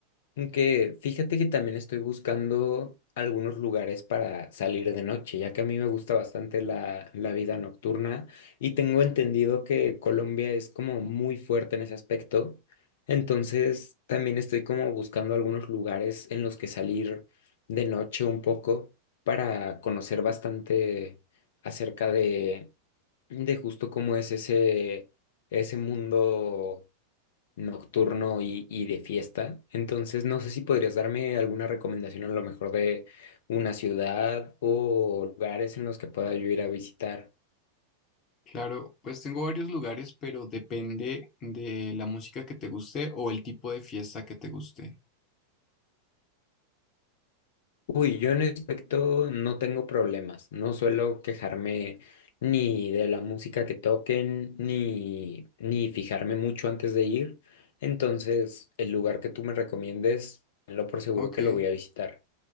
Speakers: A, on the left; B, on the left.
A: Que fíjate que también estoy buscando algunos lugares para salir de noche, ya que a mí me gusta bastante la, la vida nocturna y tengo entendido que Colombia es como muy fuerte en ese aspecto. Entonces también estoy como buscando algunos lugares en los que salir de noche un poco para conocer bastante acerca de, de justo cómo es ese, ese mundo nocturno y, y de fiesta. Entonces, no sé si podrías darme alguna recomendación a lo mejor de una ciudad o lugares en los que pueda yo ir a visitar.
B: Claro, pues tengo varios lugares, pero depende de la música que te guste o el tipo de fiesta que te guste.
A: Uy, yo en ese aspecto no tengo problemas. No suelo quejarme ni de la música que toquen, ni, ni fijarme mucho antes de ir. Entonces, el lugar que tú me recomiendes, lo por seguro
B: Ok,
A: que
B: o
A: lo voy a visitar.